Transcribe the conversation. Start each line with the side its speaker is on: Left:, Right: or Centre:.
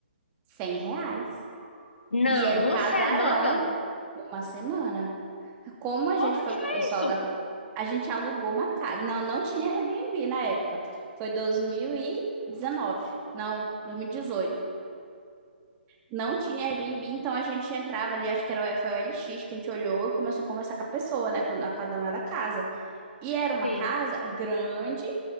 Right: 100 reais.
Left: Não,
Right: E era
Left: uma
Right: um casarão,
Left: semana?
Right: uma semana. Como a
Left: Como
Right: gente
Left: é
Right: foi
Left: que
Right: com
Left: é
Right: o pessoal
Left: isso?
Right: da... A gente alugou uma casa. Não, não tinha Airbnb na época. Foi 2019. Não, 2018. não tinha Airbnb, então a gente entrava ali, acho que era, o- foi o LX que a gente olhou e começou a conversar com a pessoa, né, com a, com a dona da casa. E era uma
Left: Sim.
Right: casa grande,